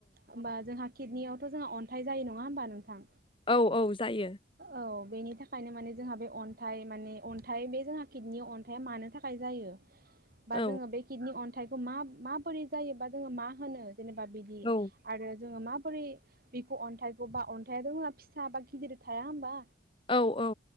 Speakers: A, on the right; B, on the left.
A: होमबा जोंहा किदनियाव थ' जोंहा अन्थाइ जायो नङा होमबा नोंथां
B: औ औ जायो
A: औ बेनि थाखायनो माने जोंहा बे अन्थाइ माने अन्थाइ बे जोंहा किडनि अन्थाइ आ मानो थाखाय जायो बा
B: औ
A: जोङो बे किडनि अन थाइखौ मा माबोरै जायो बा जोङो मा होनो जेनेबा बिदि
B: औ
A: आरो जोंङो माबोरै बिखौ अन्थाइखौ बा अन्थाइ <unintelligible> फिसा बा गिदिर थाया होनोमबा
B: औ औ